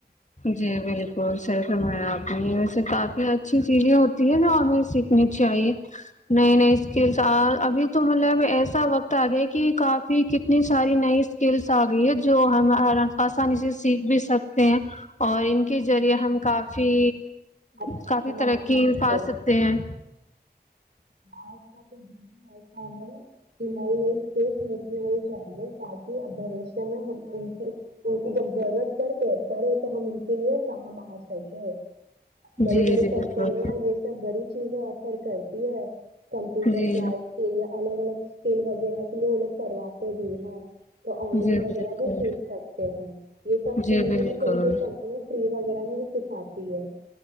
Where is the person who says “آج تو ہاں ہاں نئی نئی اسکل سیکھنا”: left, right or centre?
Right